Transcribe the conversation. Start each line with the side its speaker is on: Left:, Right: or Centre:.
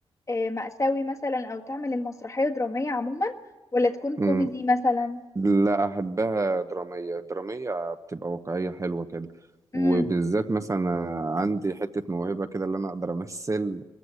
Left: آه، مأساوي مثلا أو تعمل المسرحية درامية عموما ولا تكون
Right: مم.
Left: كوميدي مثلا
Right: لا أحبها درامية درامية بتبقى واقعية حلوة كده
Left: امم
Right: وبالذات مثلا آه، عندي حتة موهبة كده اللي أنا أقدر أمثل